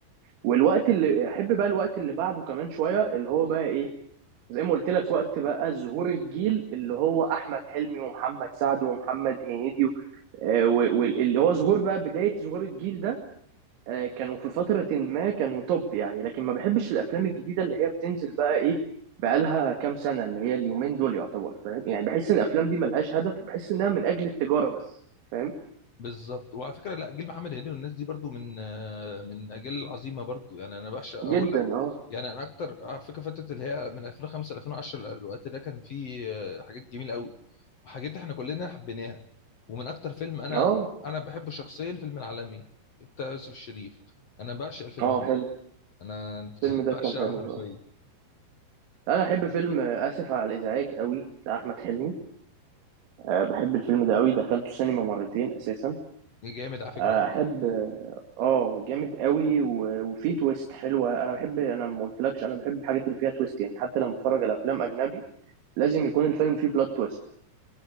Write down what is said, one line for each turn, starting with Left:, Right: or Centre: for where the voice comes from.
Right: والوقت اللي احب بقى الوقت اللي بعده كمان شويه اللي هو بقى ايه زي ما قلت لك وقت بقى ظهور الجيل اللي هو احمد حلمي ومحمد سعد ومحمد هنيدي و- آه، و- واللي هو ظهور بقى بدايه ظهور الجيل ده آه، كانوا في فتره ما كانوا توب يعني لكن ما بحبش الافلام الجديده اللي هي بتنزل بقى ايه بقالها كام سنه اللي هي اليومين دول يعتبر فاهم يعني بحس ان الافلام دي ملهاش هدف وبحس انها من اجل التجاره بس فاهم
Left: بالظبط وعلى فكره لا جيل محمد هنيدي والناس دي برضو من آه، من اجيال عظيمه برضو يعني انا بعشق اقول
Right: جدا اه
Left: يعني انا اكتر على فكره فتره اللي هي من 2005 ل 2010 الوقت ده كان فيه آه، حاجات جميله قوي وحاجات احنا كلنا حبيناها ومن اكتر فيلم انا
Right: اه
Left: انا بحبه شخصيا فيلم العالمي بتاع يوسف الشريف انا بعشق الفيلم
Right: اه
Left: ده
Right: حلو
Left: انا
Right: الفيلم
Left: <laughs>
Right: ده
Left: بعشقه
Right: كان حلو
Left: حرفيا
Right: اه انا احب فيلم اسف على الازعاج قوي بتاع احمد حلمي أه بحب الفيلم ده قوي دخلته سينما مرتين اساسا
Left: جامد على فكره
Right: آه،
Left: قوي
Right: احب اه آه، جامد قوي و- وفيه تويست حلوه انا بحب انا ما قلتلكش انا بحب الحاجات اللي فيها تويست يعني حتى لما بتفرج على افلام اجنبي لازم يكون الفيلم فيه بلوت تويست